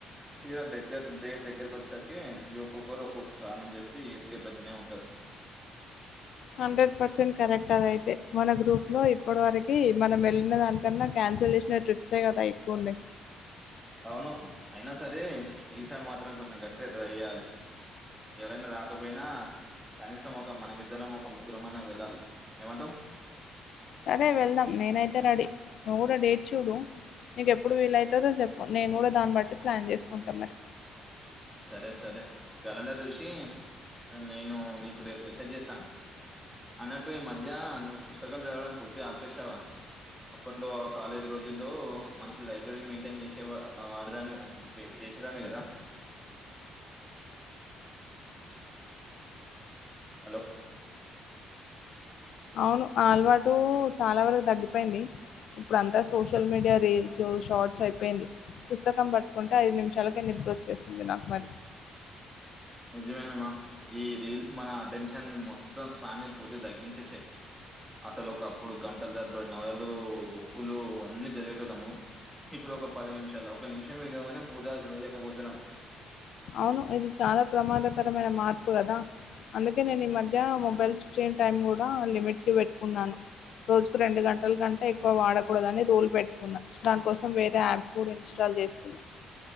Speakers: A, in the centre; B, on the left.
A: తీరా దగ్గర డేట్ దగ్గరకి వచ్చేరికి ఈ ఒక్కొక్కరు ఒక్కొక్కరు కారణం చెప్పి ఎస్కేప్ అయితనే ఉంటారు
B: హండ్రెడ్ పర్సెంట్ కరెక్ట్ అదయితే మన గ్రూప్లో ఇప్పటి వరకి మనం వెళ్ళిన దాని కన్నా క్యాన్సల్ చేసిన ట్రిప్సే కదా ఎక్కువ ఉన్నాయి
A: అవును అయినా సరే ఈసారి మాత్రం కొంచెం గట్టిగా ట్రై చేయ్యాలి ఎవరైనా రాకపోయినా కనీసం ఒక మనమిద్దరం ఒక ముగ్గురమైన వెళ్ళాలి ఏమంటవ్
B: సరే వెళ్దాం నేనైతే రడీ నువ్వు కూడా డేట్ చూడు నీకెప్పుడు వీలయితదో చెప్పు నేను కూడా దాన్ని బట్టి ప్లాన్ చేసుకుంటా మరి
A: సరే సరే క్యాలెండర్ చూసి నేను నీకు రేపు మెసేజ్ చేస్తా అన్నట్టు ఈ మధ్య నువ్వు పుస్తకాలు చదవడం పూర్తిగ ఆపేసావా అప్పట్లో కాలేజీ రోజుల్లో మంచి లైబ్రరీ మెయింటైన్ చేసే వాడదానివి అ వేపు చేసేదానివి కదా హలో
B: అవును ఆ అలవాటు చాలా వరకు తగ్గిపోయింది ఇప్పుడు అంతా సోషల్ మీడియా రీల్స్ షార్ట్స్ అయిపోయింది పుస్తకం పట్టుకుంటే ఐదు నిమిషాలకే నిద్ర వచ్చేస్తుంది నాకు మరి
A: నిజమేనమ్మా ఈ రీల్స్ మన టెన్షన్ మొత్తం స్పానే పూర్తిగ తగ్గించేసాయ్ అసలు ఒక అప్పుడు గంటలు తరబడి నవలలు బుక్కులు అన్నీ చదివేటోళ్ళము ఇప్పుడు ఒక పది నిమిషాల్లో ఒక నిమిషం వీడియో గాని పూర్తిగా చూడలేకపోతున్నాం
B: అవును ఇది చాలా ప్రమాదకరమైన మార్పు కదా అందుకే నేను ఈ మధ్య మొబైల్ స్క్రీన్ టైమ్ కూడా లిమిట్కి పెట్టుకున్నాను రోజుకు రెండు గంటల కంటే ఎక్కువ వాడకూడదని రూల్ పెట్టుకున్నా దాని కోసం వేరే యాప్స్ ఇన్స్టాల్ చేసుకున్నా